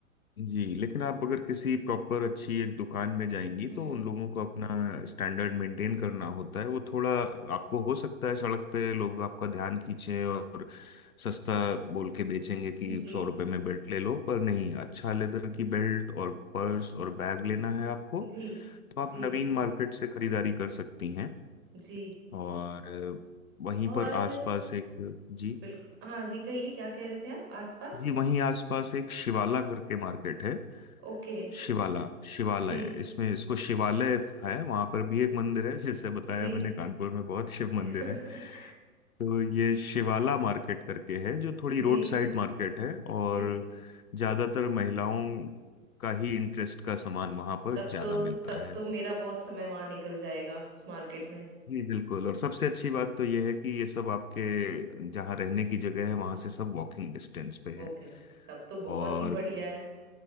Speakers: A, on the left; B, on the right.
A: जी लेकिन आप अगर किसी प्रॉपर अच्छी एक दुकान में जाएंगी
B: हम्म
A: तो उन लोगों को अपना स्टैंडर्ड मेंटेन करना होता है वो थोड़ा आपको हो सकता है सड़क पे लोग आपका ध्यान खींचे और सस्ता बोल के बेचेंगे कि
B: जी
A: सौ रुपए में बेल्ट ले लो पर नहीं अच्छा लेदर की बेल्ट और पर्स और बैग लेना है आपको
B: जी
A: तो आप
B: जी
A: नवीन मार्केट से खरीदारी कर सकती हैं
B: जी
A: और वहीं
B: और
A: पर आसपास एक जी
B: बिल्कुल हाँ जी कहिए क्या कह रहे थे आप आसपास
A: जी वहीं आसपास एक शिवाला करके मार्केट है
B: ओके
A: शिवाला शिवालय
B: जी
A: इसमें इसको शिवालय है वहां पर भी एक मंदिर है जैसे बताया
B: जी
A: मैंने कानपुर में बहुत शिव मंदिर
B: <laughs>
A: है तो ये शिवाला मार्केट करके है जो थोड़ी
B: जी
A: रोड साइड मार्केट है और
B: जी
A: ज्यादातर महिलाओं का ही इंटरेस्ट का सामान वहां पर
B: तब
A: ज्यादा
B: तो
A: मिलता
B: तब
A: है
B: तो मेरा बहुत समय वहां निकल जाएगा उस मार्केट में
A: जी बिल्कुल और सबसे अच्छी बात तो ये है कि ये सब आपके जहाँ रहने की जगह है वहां से सब वॉकिंग डिस्टेंस पे है
B: ओके तब तो बहुत
A: और
B: ही बढ़िया है